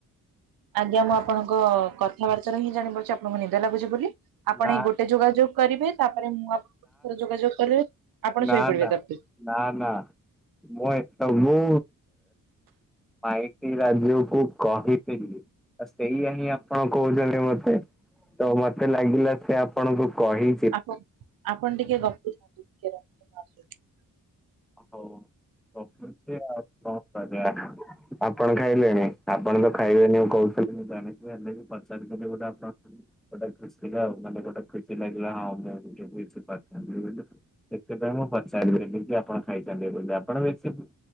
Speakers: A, on the right; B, in the centre.
A: ଆଜ୍ଞା ମୁଁ ଆପଣଙ୍କ କଥାବାର୍ତ୍ତାରୁ ହିଁ ଜାଣିପାରୁଚି ଆପଣଙ୍କୁ ନିଦ ଲାଗୁଚି ବୋଲି। ଆପଣ
B: ନା
A: ଏଇ ଗୋଟେ ଯୋଗାଯୋଗ କରିବେ ତାପରେ ମୁଁ ଆପଣଙ୍କୁ ଗୋଟେ ଥର ଯୋଗାଯୋଗ କରିବେ। ଆପଣ
B: ନାଁ
A: ଶୋଇପଡିବେ
B: ନାଁ
A: ତାପରେ
B: ନାଁ ନାଁ ମୁଁ ଏ ସବୁ ୱାଇକି ରାଜୁଅକୁ କହିଥିଲି ତ ସେଇଆ ହିଁ ଆପଣ କହୁଛନ୍ତି ମତେ। ତ ମତେ ଲାଗିଲା ସେ ଆପଣଙ୍କୁ କହି
A: ଆପଣ ଆପଣ ଟିକେ ଗପୁଥାନ୍ତୁ ଟିକେ ରଖ ମୁଁ ଆସୁଚି।
B: ହଉ ଗପୁଚି ଆଉ କଣ କରିବା? ଆପଣ ଖାଇଲେଣି ଆପଣ ତ ଖାଇବେନି ଉଁ କହୁଥୁଲେ ମୁଁ ଜାଣିଚି ହେଲେ ବି ପଚାରି ଦେଲି ଗୋଟେ ଅପ ଗୋଟେ ଖୁସି ଆଉ ମାନେ ଗୋଟେ ଖୁସି ଲାଗିଲା ହଁ ମୁଁ ବି କିଛି କିଛି ପଚାରିଲି ବୋଲି। ସେଥିପାଇଁ ମୁଁ ପଚାରିଦେଲି କି ଆପଣ ଖାଇଛନ୍ତି ବୋଲି ଆପଣ ବେଶୀ ବି